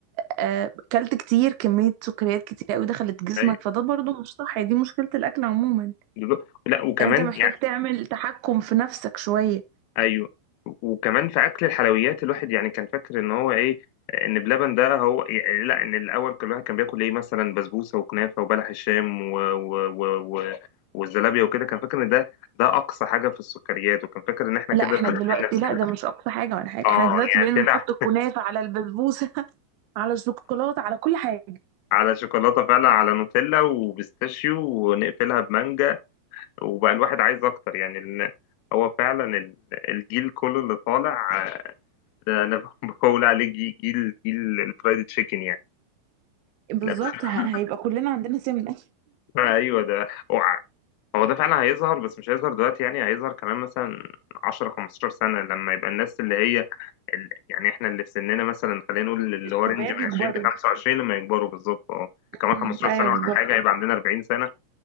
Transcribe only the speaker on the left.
أيوة،
بالظبط. لا وكمان
يعني
ايوه وكمان في اكل الحلويات الواحد يعني كان فاكر ان هو ايه ان بلبن ده هو يعني لا ان الاول كان الواحد كان بياكل ايه مثلا بسبوسه وكنافه وبلح الشام و... و... و... و... والزلابيه وكده كان فاكر ان ده ده اقصى حاجه في السكريات وكان فاكر ان احنا
كده
بنعمل
نفسنا
اه
يعني
طلع
على شوكولاته فعلا على نوتيلا وبيستاشيو ونقفلها بمانجا وبقى الواحد عايز اكتر يعني ال... هو فعلا ال- الجيل كله اللي طالع ده انا <laughs> بقول عليه جي- جيل جيل الفرايد تشيكن يعني
<laughs> أنا ب-
ايوه ده هو ع- هو ده فعلا هيظهر بس مش هيظهر دلوقتي يعني هيظهر كمان مثلا 10 15 سنه لما يبقى الناس اللي هي ال- يعني احنا اللي في سننا مثلا خلينا نقول اللي
هو رينج من
20 ل 25 لما يكبروا بالظبط اه كمان
15
سنه ولا
حاجه هيبقى عندنا 40 سنه